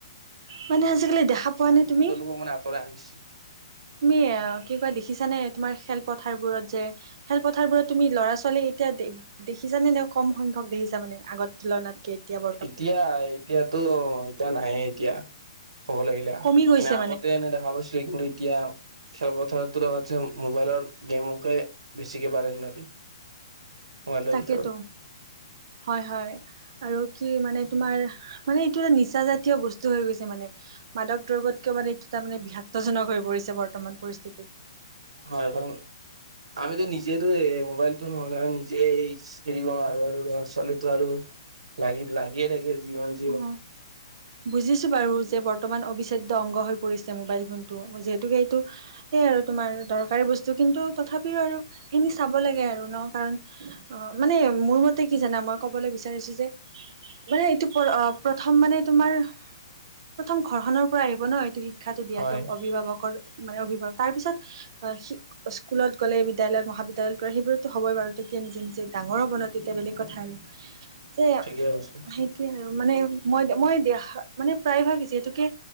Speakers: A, on the right; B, on the right.
A: মানে আজিকালি দেখা পোৱা নে তুমি।
B: তোৰ মানে আতৰাই আনিছে।
A: তুমি অ' কি বা দেখিছানে এডমাৰৰ খেলপথাৰবোৰত যে। খেলপথাৰবোৰত তুমি ল'ৰা ছোৱালী এতিয়া দে -দেখিছানে নে কম সংখ্যক দেখিছা মানে আগত খিলানাত কেতিয়াবা ব
B: এতিয়া, এতিয়াতো এতিয়া নাইে এতিয়া, ক'ব লাগিলে। আহ,
A: কমি গৈছে
B: মানে আগতে এনে দেখা পাইছো কিন্তু এতিয়া। খেলপথাৰ তুলনাতছে মোবাইলৰ গেমকে বেছিকে প্ৰাধান্য দিয়ে। মোবাইলৰ
A: তাকেতো
B: ভিতৰত
A: হয়, হয়। আৰু কি মানে তোমাৰ মানে এইটো এটা নিচা জাতীয় বস্তু হৈ গৈছে মানে। মাদক দ্ৰব্যত কিয় মান এইটো তাৰ মানে বিষাক্তজনক হৈ পৰিছে বৰ্তমান পৰিস্থিতিত।
B: হয় কাৰণ আমিতো নিজেটো মোবাইলটো নহলে নিজে এৰিব নোৱাৰো আৰু চলিতো আৰু লাগি লাগিয়ে লাগে জীমান
A: অহ' বুজিছো বাৰু যে বৰ্তমান অবিচ্ছেদ্য অংগ হৈ পৰিছে মোবাইল ফোনটো যিহেতুকে এইটো সেয়াই আৰু তোমাৰ দৰকাৰী বস্তু কিন্তু তথাপিও আৰু সেইখিনি চাব লাগে আৰু ন কাৰণ অহ মানে মোৰ মতে কি জানা মই কবলৈ বিচাৰিছো যে মানে এইটো প্ৰথম মানে তোমাৰ প্ৰথম ঘৰখনৰ পৰা আহিব ন এইটো শিক্ষা শিক্ষাটো দিয়াটো
B: হয়
A: অভিভাৱকৰ মানে অভিভাৱক তাৰ পিছত সি স্কুলত গ'লে বিদ্যালয়ত মহাবিদ্যালয়ত গলে সেইবোৰতো হব'ই বাৰো তেতিয়া নিজে নিজে ডাঙৰ হ'ব ন তেতিয়া বেলেগ কথা আৰু যে
B: ঠিকে কৈছে
A: সেইটো মানে মই মই দেখা মানে প্ৰায়ভাগ যিহেতুকে